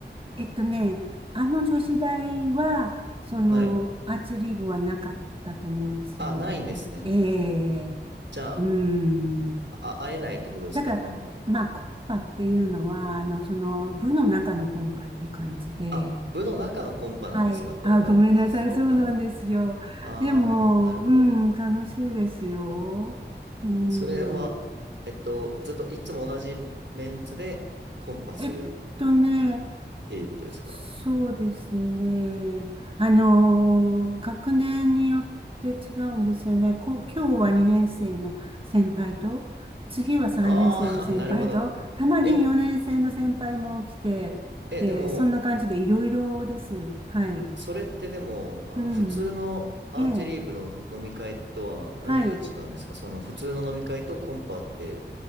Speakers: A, on the right (about 30°); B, on the right (about 75°).
A: えっとね、あの女子大は、その、
B: はい。
A: アーチェリー部はなかったと思うんですよね。
B: あ、ないんですね。
A: ええ、
B: じゃあ、
A: うん。
B: あ、会えないってことですか、
A: だから、
B: コンパは。
A: まあ、コンパっていうのは、あの、その、部の中のコンパっていう感じで、
B: あ、部の中のコンパなんですか、
A: はい。
B: これは。
A: あ、ごめんなさい。
B: あ、そうなんです。
A: そうなんですよ。
B: あー、
A: でも、
B: なるほど。
A: うん、楽しいですよ。うん。
B: それは、えっと、ずっといつも同じメンツでコンパするっ
A: えっとね、
B: ていうことですか。
A: そうですね。あのー、学年によって違うんですよね。こ、今日は2年生の先輩と、次は3年生の先輩と、
B: あー、<laughs> なるほど。
A: たまに4年生の先輩も来て、
B: え、え、
A: で、
B: でも、
A: そんな感じでいろいろです。はい。
B: それってでも、あの、
A: うん。
B: 普通のアーチェリー部の飲み会とは何が違うんですかその普通の飲み会とコンパって、
A: ええ。はい。